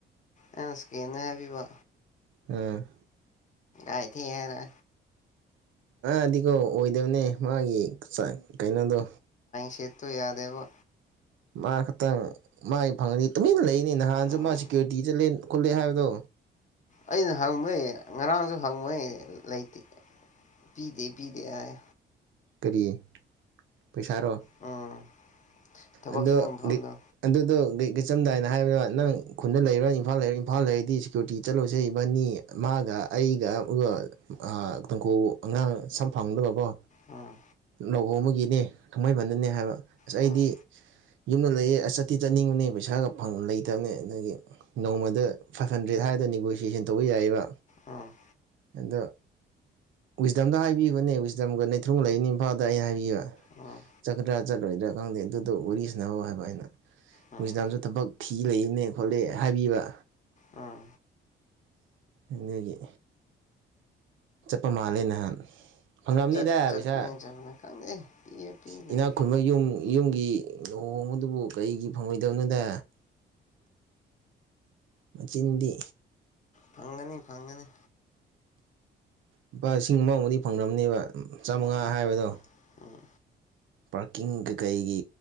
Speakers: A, on the left (about 40°); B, on the right (about 75°).
A: ꯑꯦꯅꯀꯤꯦꯅ ꯍꯥꯏꯕꯤꯕ
B: ꯑ
A: ꯑ ꯏ ꯊ ꯍꯥꯏꯅ
B: ꯑꯗꯤꯀꯣ ꯑꯣꯏꯗꯕꯅꯦ ꯃꯥꯒꯤ ꯀꯩꯅꯣꯗꯣ
A: ꯁꯦꯣ ꯌꯥꯗꯦꯕ
B: ꯃꯥ ꯈꯛꯇꯪ ꯃꯥꯏ ꯐꯪꯉꯅꯤ ꯇꯨꯃꯤꯟꯅ ꯂꯩꯅꯤ ꯅꯍꯥꯟꯁꯨ
A: ꯎꯝ
B: ꯃꯥ ꯁꯦꯀ꯭ꯌꯨꯔꯤꯇꯤ ꯆꯠꯂꯦ ꯀꯜꯂꯛꯑꯦ ꯍꯥꯏꯕꯗꯣ
A: ꯑꯩꯅ ꯍꯪꯕꯩ ꯉꯔꯥꯡꯁꯨ ꯍꯪꯕꯩ ꯂꯩꯇꯦ ꯄꯤꯗꯦ ꯄꯤꯗꯦ ꯍꯥꯏ
B: ꯀꯔꯤ ꯄꯩꯁꯥꯔꯣ
A: ꯎꯝ ꯊꯕꯛ
B: ꯑꯗꯣ
A: ꯁꯨꯕ ꯃꯐꯝꯗꯣ
B: ꯑꯗꯨꯗꯣ ꯀꯀ ꯆꯝꯗꯥꯏꯅ ꯍꯥꯏꯕꯗ ꯅꯪ ꯈꯨꯟꯗ ꯂꯩꯔꯣ ꯏꯝꯐꯥꯜ ꯂꯩꯔꯣ ꯏꯝꯐꯥꯜ ꯂꯩꯔꯗꯤ ꯁꯦꯀ꯭ꯌꯨꯔꯤꯇꯤ ꯆꯠꯂꯨꯁꯦ ꯏꯕꯅꯤ ꯃꯥꯒ ꯑꯩꯒ ꯑꯗꯨꯒ ꯇꯥꯡꯈꯨ ꯑꯉꯥꯡ ꯁꯝ ꯐꯪꯗꯕꯀꯣ
A: ꯎꯝ
B: ꯂꯧꯍ ꯑꯃꯒꯤꯅꯦ ꯊꯥꯡꯃꯩꯕꯟꯗꯅꯦ ꯍꯥꯏꯕ ꯑꯁ
A: ꯎꯝ
B: ꯑꯩꯗꯤ ꯌꯨꯝꯗ ꯂꯩꯌꯦ ꯑꯁ ꯆꯠꯇꯤ ꯆꯠꯅꯤꯡꯕꯅꯦ ꯄꯩꯁꯥꯒ ꯂꯩꯇꯕꯅꯦ ꯑꯗꯒꯤ ꯅꯣꯡꯃꯗ ꯐꯥꯏꯚ ꯍꯟꯗ꯭ꯔꯦꯗ ꯍꯥꯏꯔꯒ ꯅꯦꯒꯣꯁꯤꯌꯦꯁꯟ ꯇꯧꯕ ꯌꯥꯏꯌꯦꯔꯥ
A: ꯎꯝ
B: ꯑꯗꯣ ꯋꯤꯁꯗꯝꯗ ꯍꯥꯏꯕꯤꯕꯅꯦ ꯋꯤꯁꯗꯝꯒ ꯑꯨꯡ ꯂꯩꯅꯤ ꯏꯝꯐꯥꯜꯗ ꯑꯩ ꯍꯥꯏꯕꯤꯕ
A: ꯎꯝ
B: ꯆꯀ꯭ꯔ ꯆꯠꯂꯔꯣꯏꯗ꯭ꯔꯥ ꯈꯪꯗꯦ ꯑꯗꯨꯗꯣ ꯋꯥꯔꯤꯁꯤꯅꯅꯕꯧ ꯍꯥꯏꯕ ꯑꯩꯅ
A: ꯎꯝ
B: ꯋꯤꯁꯤꯗꯥꯝꯁꯨ ꯊꯕꯛ ꯐꯤ ꯂꯩꯅꯦ ꯈꯣꯠꯂ ꯍꯥꯏꯕꯤꯕ
A: ꯎꯝ
B: ꯑꯗꯒꯤ ꯆꯠꯄ ꯃꯥꯜꯂꯦ ꯅꯍꯥꯟ ꯐꯪꯉꯝꯅꯤꯗ
A: ꯆꯠ ꯆꯠꯄꯅꯦ
B: ꯄꯩꯁꯥ
A: ꯆꯄꯅꯦ <unintelligible>
B: ꯏꯅꯥꯛ ꯈꯨꯟꯕ ꯌꯨꯝ ꯌꯨꯝꯒꯤ ꯂꯨꯍꯣꯡ ꯑꯗꯨꯕꯨ ꯀꯔꯤꯒꯤ ꯊꯨꯡꯉꯣꯏꯗꯕꯅꯗ ꯃꯆꯤꯟꯗꯤ
A: ꯐꯪꯒꯅꯤ ꯐꯪꯒꯅꯤ
B: ꯂꯨꯄꯥ ꯂꯤꯁꯤꯡ ꯑꯃꯕꯨꯗꯤ ꯐꯪꯅꯦꯕ ꯆꯥꯝꯃꯉꯥ
A: ꯎꯝ
B: ꯍꯥꯏꯕꯗꯣ
A: ꯎꯝ
B: ꯄꯥꯔꯀꯤꯡ ꯀꯩꯀꯩꯒꯤ